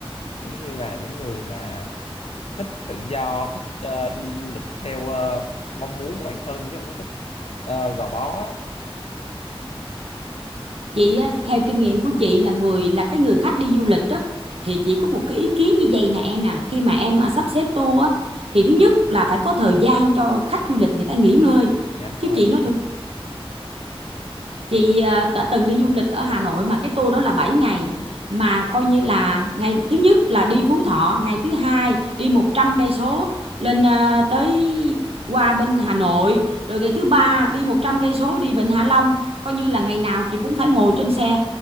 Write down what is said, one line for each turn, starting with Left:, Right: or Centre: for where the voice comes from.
Left: kiểu giống như là những người mà thích tự do thích ờ, đi du lịch theo ờ, mong muốn của bản thân chứ không có thích ờ, gò bó á.
Right: chị á, theo kinh nghiệm của chị là người là cái người khách đi du lịch đó thì chị có một cái ý kiến như vậy nè em nè khi mà em à, sắp xếp tour á thì thứ nhất là phải có thời gian cho khách du lịch người ta nghỉ ngơi
Left: dạ đúng
Right: chứ
Left: rồi
Right: chị nói chị à, đã từng đi du lịch ở Hà Nội mà cái tour đó là 7 ngày mà coi như là ngày thứ nhất là đi Phú Thọ ngày thứ hai đi 100 cây số lên à, tới qua bên Hà Nội rồi ngày thứ ba đi 100 cây số đi Vịnh Hạ Long coi như là ngày nào chị cũng phải ngồi trên xe